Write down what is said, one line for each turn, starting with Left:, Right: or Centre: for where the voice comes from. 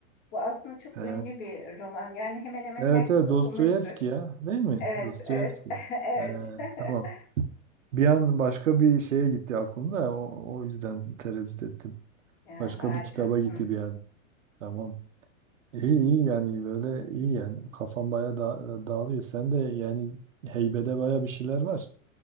Left: bu aslında çok
Right: He.
Left: ünlü bir roman yani hemen hemen
Right: Evet
Left: herkes
Right: evet
Left: okumuştur
Right: Dostoyevski ya değil mi?
Left: evet
Right: Dostoyevski.
Left: evet <laughs> evet
Right: He,
Left: <laughs>
Right: tamam. Bir an başka bir şeye gitti aklımda o, o yüzden tereddüt ettim.
Left: ya
Right: Başka
Left: harikasın
Right: bir kitaba gitti bir an. Tamam. İyi iyi yani böyle iyi yani kafam baya da, dağılıyor. Sen de yani heybede baya bir şeyler var.